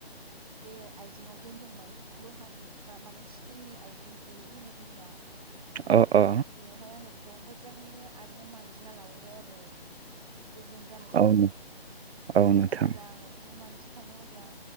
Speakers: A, on the right (about 35°); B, on the right (about 80°).
A: जे आइजेंआव दोनदोंमोन लहानि बा माने स्टिलनि आइजें दो होनो जोंनिया बेयावहाय
B: अ अ
A: आङो बेखौ मोजाङैनो आरोबाव मानजिना लाबावबाय आरो गोजों जानायनि
B: औ
A: थाखाय
B: नों- औ नोंथां
A: जेब्ला आङो मानजि खाङो अब्ला